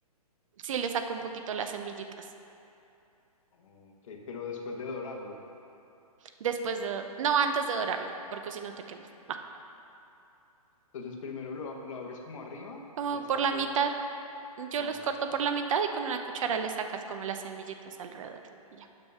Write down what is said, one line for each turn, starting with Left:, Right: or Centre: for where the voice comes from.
Right: sí le saco un poquito las semillitas.
Left: Ok, pero después de dorarlo.
Right: Después de, no antes de dorarlo, porque si no te quemas. Ah,
Left: Entonces primero lo, lo abres como arriba
Right: como
Left: y le
Right: por
Left: sacas.
Right: la mitad, yo
Left: Ah,
Right: los
Left: ok.
Right: corto por la mitad y con una cuchara le sacas como las semillitas alrededor. y ya.